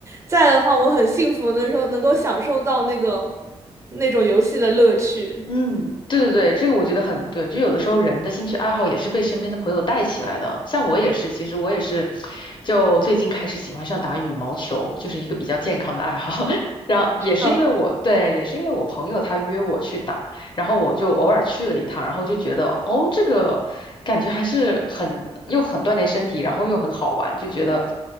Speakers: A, on the right (about 25°); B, on the left (about 45°).
A: 在的话，我很幸福的时候能够享受到那个那种游戏的乐趣。
B: 嗯，对对对，这个我觉得很对。就有的时候人的兴趣爱好也是被身边的朋友带起来的。像我也是，其实我也是，就最近开始喜欢上打羽毛球，就是一个比较健康的爱好。<laughs> 然后也是因为我，
A: 嗯，
B: 对，也是因为我朋友他约我去打，然后我就偶尔去了一趟，然后就觉得哦，这个感觉还是很又很锻炼身体，然后又很好玩，就觉得。